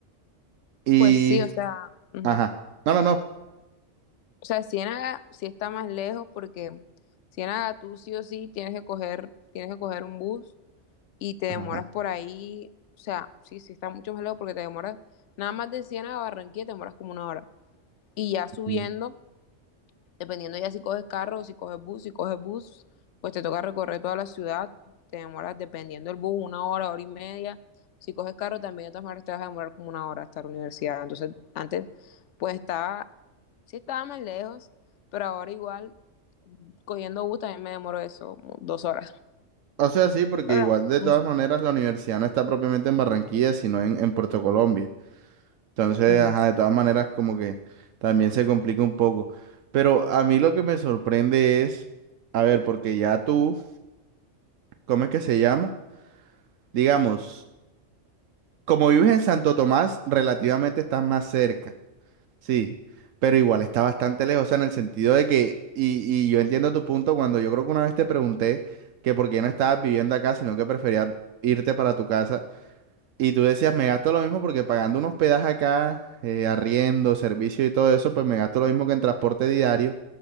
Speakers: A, on the right (about 80°); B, on the left (about 70°).
A: Y,
B: Pues sí, o sea, ujú.
A: ajá, no, no, no.
B: O sea, Ciénaga sí está más lejos porque Ciénaga tú sí o sí tienes que coger, tienes que coger un bus y te
A: Ajá.
B: demoras
A: ajá.
B: por ahí, o sea, sí, sí está mucho más lejos porque te demoras nada más de Ciénaga a Barranquilla te demoras como una hora. Y ya subiendo
A: Mm.
B: dependiendo ya si coges carro o si coges bus, si coges bus, pues te toca recorrer toda la ciudad, te demoras dependiendo del bus una hora, hora y media. Si coges carro también de todas maneras te vas a demorar como una hora hasta la universidad. Entonces antes pues estaba, sí estaba más lejos, pero ahora igual cogiendo bus también me demoro eso, como dos horas.
A: O sea, sí, porque
B: Hola.
A: igual de
B: Ujú.
A: todas maneras la universidad no está propiamente en Barranquilla, sino en, en Puerto Colombia. Entonces,
B: Ujú.
A: ajá, de todas maneras como que también se complica un poco. Pero a mí lo que me sorprende es, a ver, porque ya tú, ¿cómo es que se llama? Digamos, como vives en Santo Tomás, relativamente estás más cerca. Sí, pero igual está bastante lejos, o sea, en el sentido de que, y, y yo entiendo tu punto cuando yo creo que una vez te pregunté que por qué no estabas viviendo acá, sino que preferías irte para tu casa, y tú decías, me gasto lo mismo porque pagando un hospedaje acá, eh, arriendo, servicio y todo eso, pues me gasto lo mismo que en transporte diario